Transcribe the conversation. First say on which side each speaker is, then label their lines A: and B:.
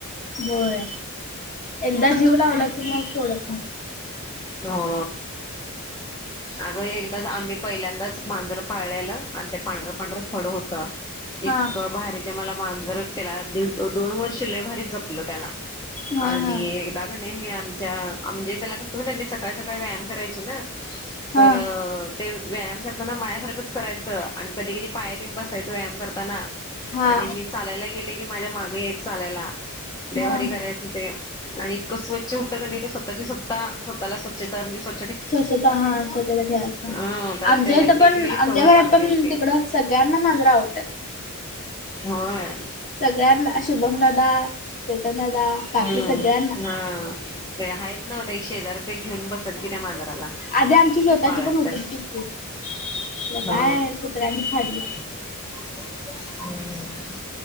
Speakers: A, on the left (about 35°); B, on the left (about 15°).
A: होय एकदा जीव लावला की मग सोडत नाही.
B: हो अगं एकदाच आम्ही पहिल्यांदाच मांजर पाळल्याला आणि ते पांढरं पांढर खड होत इतकं
A: हा
B: भारी ते मला मांजर त्याला दीड दोन वर्ष लयी भारी ज जपलं त्याला
A: हा
B: आणि
A: हा
B: कनी मी आमच्या आमजे त्याला कस म्हण त्यांनी सकाळी सकाळी व्यायाम करायची ना
A: हा
B: तर ते व्यायाम करताना मायासारखंच करायचं. आणि कधी कधी पायात येऊन बसायच व्यायाम करताना
A: हा
B: आणि मी चालायला गेले की माझ्या मागे यायच चालायला लय
A: हा
B: भारी करायचे हो ते आणि इतकं स्वच्छ होतं का नाही ते स्वतची स्वत्ता स्वतःला स्वच्छता म्हणजे स्व
A: स्वच्छता हा स्वच्छता ठेवायच
B: ह त्याला
A: आमच्या
B: त्याला
A: इथं
B: ते
A: पण
B: केले
A: आमच्या
B: सवय
A: घरात
B: चांगली
A: पण
B: होती
A: तिकडं सगळ्यांना मांजर आवडतात
B: होय
A: सगळ्यांना शुभम दादा चेतन दादा काकी
B: हुम्म
A: सगळ्यांना
B: हा ते हायत नव्ह ते एक शेजारचे घेऊन बसत्यात की मांजराला
A: आधी आमची स्वतःची
B: पाळत
A: पण होतीत
B: तर
A: की खूप खर
B: हा
A: काय कुत्र्यांनी फाडली.
B: हम्म <unintelligible>